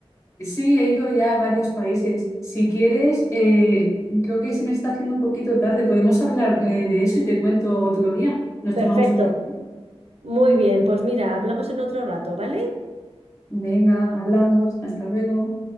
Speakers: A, on the left; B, on the right.
A: Sí, he ido ya a varios países. Si quieres, eh, creo que se me está haciendo un poquito tarde. Podemos hablar eh, de eso y te cuento otro día. Nos
B: Perfecto.
A: tomamos un café.
B: Muy bien, pues mira, hablamos en otro rato, ¿vale?
A: Venga, hablamos. Hasta luego.